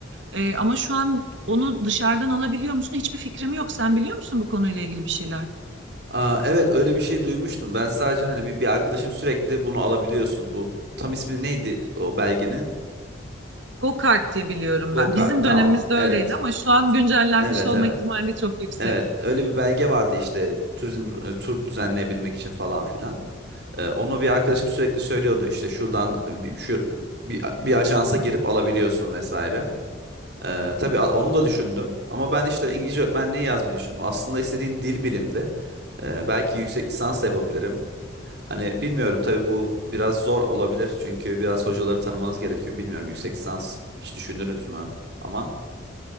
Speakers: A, on the right; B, on the right.
A: Ee, ama şu an onu dışarıdan alabiliyor musun? Hiçbir fikrim yok. Sen biliyor musun bu konuyla ilgili bir şeyler?
B: Aa, evet öyle bir şey duymuştum. Ben sadece hani bir, bir arkadaşım sürekli bunu alabiliyorsunuz. Bu tam ismi neydi o belgenin?
A: Go-kart diye biliyorum
B: Gokart.
A: ben. Bizim
B: Tamam.
A: dönemimizde öyleydi
B: Evet.
A: ama şu an güncellenmiş
B: Evet
A: olma
B: evet.
A: ihtimali çok yüksek.
B: Evet, öyle bir belge vardı işte turizm e, tur düzenleyebilmek için falan filan. Ee, onu bir arkadaşım sürekli söylüyordu işte şuradan e, bir, şu, bir, bir ajansa girip alabiliyorsun vesaire. Ee, tabii a- onu da düşündüm ama ben işte İngilizce öğretmenliği yazmayı düşündüm. Aslında istediğim dil bilimdi. Ee, belki yüksek lisans da yapabilirim. Hani bilmiyorum tabii bu biraz zor olabilir çünkü biraz hocaları tanımanız gerekiyor. Bilmiyorum yüksek lisans hiç düşündünüz mü? Ama